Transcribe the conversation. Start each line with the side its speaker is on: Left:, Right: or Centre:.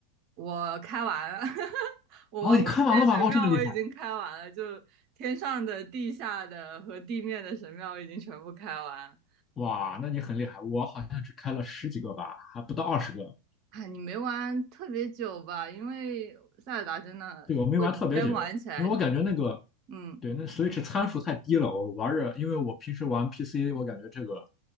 Right: 我开完了，<laughs> 我玩过这些神庙，
Left: 哦，你看完了吧？哦，这么厉害，
Right: 我已经开完了，就天上的、地下的和地面的神庙，我已经全部开完。
Left: 哇，那你很厉害。我好像只开了十几个吧，还不到二十个。
Right: 哎，你没玩特别久吧？因为塞尔达真的，
Left: 对，我没玩特别久，
Right: 如果你真玩起来，
Left: 因为我感觉那个
Right: 嗯，
Left: 对那 Switch 参数太低了，我玩着，因为我平时玩 PC，我感觉这个